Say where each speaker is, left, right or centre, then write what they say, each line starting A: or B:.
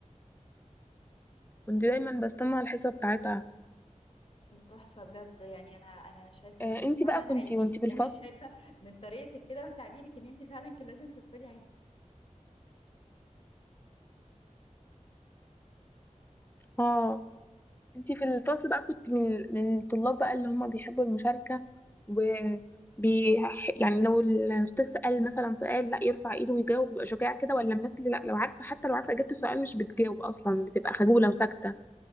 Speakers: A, on the left; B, on the left.
A: كنت دايما بستنى الحصة بتاعتها
B: تحفة بجد يعني انا انا شايفة
A: آه
B: ان انتي
A: انتي
B: فعلا
A: بقى كنتي
B: علمي
A: وانتي
B: <laughs>
A: في الفصل
B: يعني شايفة من طريقتك كده وتعبيرك ان انتي فعلا كان لازم تدخلي علم
A: اه انتي في الفصل بقى كنت من من الطلاب بقى اللي هم بيحبوا المشاركة و بي يعني لو الأستاذ سأل مثلا سؤال لا يرفع إيده ويجاوب بيبقى شجاع كده ولا من الناس اللي لا لو عارفة حتى لو عارفة إجابة السؤال مش بتجاوب أصلا بتبقى خجولة وساكتة